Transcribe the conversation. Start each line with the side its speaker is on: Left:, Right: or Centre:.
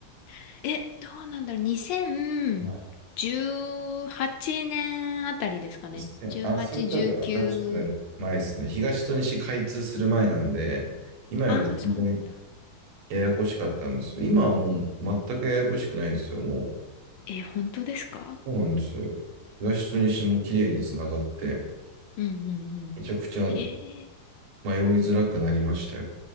Left: <laughs> え、どうなんだろう。2018
Right: はい。
Left: 年あたりですかね。
Right: せあ、
Left: 18、
Right: それ多分新しくなる前ですね。
Left: 19。
Right: 東と西開通する前なんで、今より全然
Left: ああ、そうなんだ。
Right: ややこしかったんですよ。今はもう全くややこしくないですよ。もう、
Left: え、本当ですか
Right: そうなんですよ。東と西も綺麗につながって、
Left: うんうんうん。
Right: めちゃくちゃ
Left: え
Right: 迷いづらくなりましたよ。